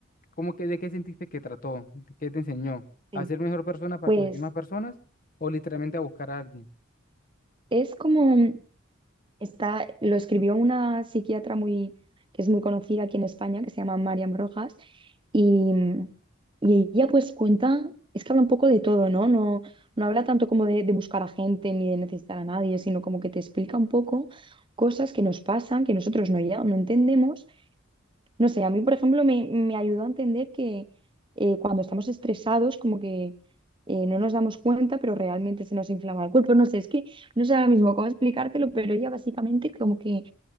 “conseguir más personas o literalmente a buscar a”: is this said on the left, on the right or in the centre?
Left